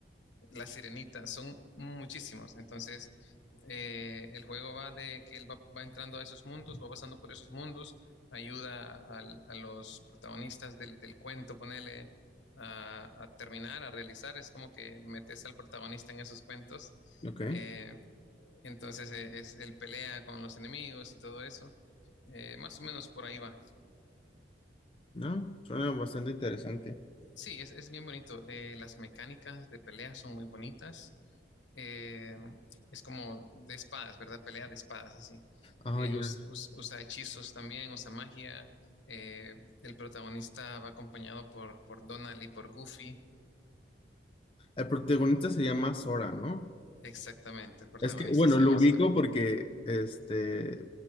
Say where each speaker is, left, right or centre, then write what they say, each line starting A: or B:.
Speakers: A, on the left (about 80°); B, on the left (about 30°).
A: La Sirenita, son muchísimos. Entonces, eh, el juego va de que él va, va entrando a esos mundos, va pasando por esos mundos, ayuda al- a los protagonistas del, del cuento, ponele a, a terminar, a realizar. Es como que metes al protagonista en esos cuentos.
B: Ok.
A: eh, entonces, eh, es, el pelea con los enemigos y todo eso. Eh, más o menos por ahí va.
B: No, suena bastante interesante.
A: Sí, es, es bien bonito. Eh, las mecánicas de pelea son muy bonitas. Eh, es como de espadas, ¿verdad? Pelea de espadas, así.
B: Ah,
A: Eh,
B: ya.
A: us- us- usa hechizos también, usa magia. Eh, el protagonista va acompañado por, por Donald y por Goofy.
B: El protagonista se llama Sora, ¿no?
A: Exactamente, el protagonista
B: Es que, bueno,
A: se
B: lo
A: llama
B: ubico
A: Sora.
B: porque, este,